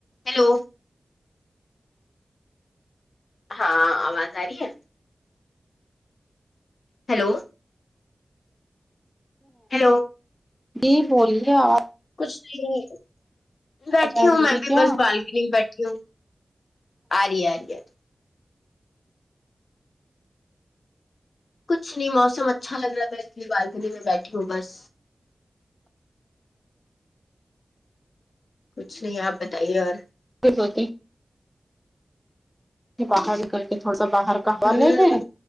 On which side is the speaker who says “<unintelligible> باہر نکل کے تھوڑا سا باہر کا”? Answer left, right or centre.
Centre